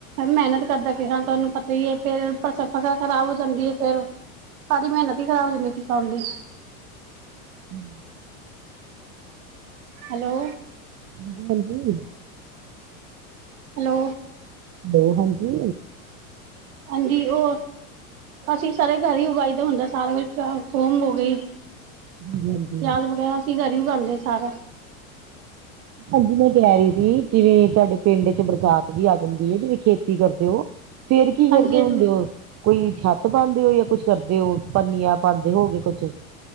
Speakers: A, on the right (about 75°); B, on the right (about 35°).
A: ਮਿਹਨਤ ਕਰਦਾ ਕਿਸਾਨ ਤੁਹਾਨੂੰ ਪਤਾ ਹੀ ਏ, ਫੇਰ ਫਸਲ ਖ਼ਰਾਬ ਹੋ ਜਾਂਦੀ ਹੈ, ਫੇਰ ਸਾਰੀ ਮਿਹਨਤ ਹੀ ਖ਼ਰਾਬ ਹੋ ਜਾਂਦੀ ਕਿਸਾਨ ਦੀ।
B: ਹਮ।
A: ਹੈਲੋ।
B: ਹਾਂਜੀ।
A: ਹੈਲੋ।
B: ਹੈਲੋ, ਹਾਂਜੀ।
A: ਹਾਂਜੀ, ਉਹ ਅਸੀਂ ਸਾਰੇ ਘਰ ਹੀ ਉਗਾਈ ਦਾ ਹੁੰਦਾ ਸਾਰਾ ਕੁਛ। ਜਿੱਦਾਂ ਕੁੰਭ ਹੋ ਗਈ ਪਿਆਜ
B: ਹਾਂਜੀ ਹਾਂਜੀ
A: ਵਗੈਰਾ ਅਸੀਂ ਘਰ ਹੀ ਉਗਾਉਂਦੇ ਆ ਸਾਰਾ।
B: ਹਾਂਜੀ, ਮੈਂ ਕਹਿ ਰਹੀ ਸੀ ਜਿਵੇਂ ਤੁਹਾਡੇ ਪਿੰਡ ਚ ਬਰਸਾਤ ਵੀ ਆ ਜਾਂਦੀ ਹੈ ਜਿਵੇਂ ਖੇਤੀ ਕਰਦੇ ਹੋ ਫੇਰ ਕੀ ਕਰਦੇ
A: ਹਾਂਜੀ ਹਾਂਜੀ
B: ਹੁੰਦੇ ਹੋ? ਕੋਈ ਛੱਤ ਪਾਂਦੇ ਹੋ ਯਾ ਕੁਛ ਕਰਦੇ ਹੋ ਪੰਨੀਆਂ ਪਾਂਦੇ ਹੋਗੇ ਕੁੱਛ।